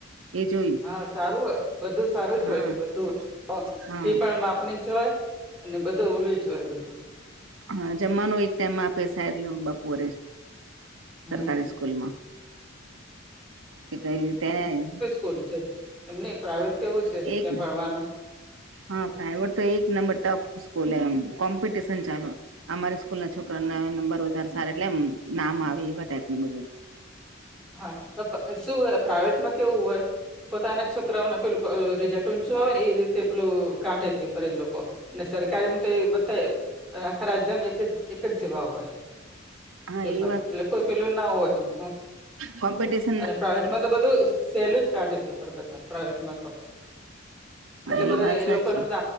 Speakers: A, on the right (about 80°); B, in the centre.
A: એ જોયું
B: હા સારુ જ બધું સારૂ જ
A: હા
B: હોય છે બધું
A: હા
B: ફી પણ માપણી જ હોય અને બધું ઓલી જ હોય બધું
A: હા જમવાનું એકટાઈમ આપે શાયદ બપોરે
B: હમ
A: સરકારી કૂલમાં <unintelligible>
B: કુલ છે તમને પ્રાઇવેટ કેવું છે
A: એક
B: ત્યાં ભણવાનું
A: હા પ્રાઇવેટ તો એક નંબર ટોપ સ્કૂલ એમ કોમ્પિટેશન ચાલે અમારી સ્કૂલના છોકરા ના નંબર વધારે સારા એમ નામ આવે એવા ટાઈપના બધા
B: હા, શું હોય પ્રાઇવેટમાં કેવું હોય છે પોતાના જ છોકરાઓને પેલું રિઝલ્ટ ઊંચું આવે ને એ રીતે પેલું <unintelligible> કરે લોકો ને સરકારીમાં તો એ બધે આખા રાજ્યમાં એકજ <unintelligible>
A: હા
B: પેપર
A: એ
B: એટલે એવું કોઈ પહેલું ન હોય એમ.
A: કોપી કરવાની કોઈ તક જ હોતી નથી. <unintelligible>
B: અને પ્રાઇવેટમાં તો ઘણા લોકો એવું કહે છે કે પેપર સરળ કાઢે છે, પરંતુ બધા પ્રાઇવેટમાં એવું હોય જ એવું નથી.
A: હા
B: <unintelligible> એટલે એવું
A: એ
B: લાગે
A: વાત સાચી
B: છે કે તેમના